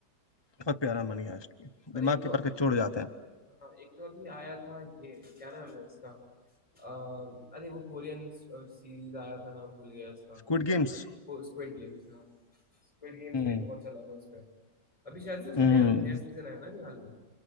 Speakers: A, on the left; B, on the left.
A: बहुत प्यारा मनी आइस्ट भी
B: और
A: दिमाग
B: एक तो
A: के परखच छोड़ जाते हैं
B: हाँ एक तो अभी आया था ये क्या नाम है इसका अ, अरे वो कोरियन सीरीज आया था नाम भूल गया इसका
A: Squid Games
B: वो स्क्विड गेम्स हाँ स्क्विड गेम्स
A: हम्म
B: का भी बहुत चला था उसका अभी शायद
A: हम्म।
B: से उसका नया नया सीजन आया ना अभी हाल में